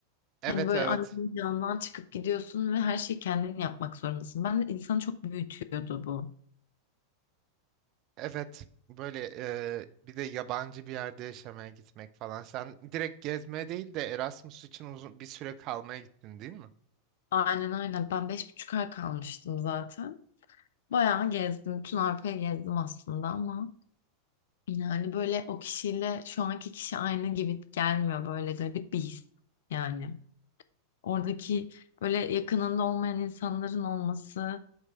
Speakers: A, on the right; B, on the left.
A: Evet
B: Hani böyle
A: evet.
B: annenin yanından çıkıp gidiyorsun ve her şeyi kendin yapmak zorundasın. Ben de insanı çok büyütüyordu bu.
A: Evet. Böyle e, bir de yabancı bir yerde yaşamaya gitmek falan. Sen direkt gezmeye değil de Erasmus için uzun bir süre kalmaya gittin değil mi?
B: Aynen aynen. Ben beş buçuk ay kalmıştım zaten. Bayağı gezdim. Bütün Avrupa'yı gezdim aslında ama Yani böyle o kişiyle şu anki kişi aynı gibi gelmiyor böyle garip bir his yani. Oradaki böyle yakınında olmayan insanların olması,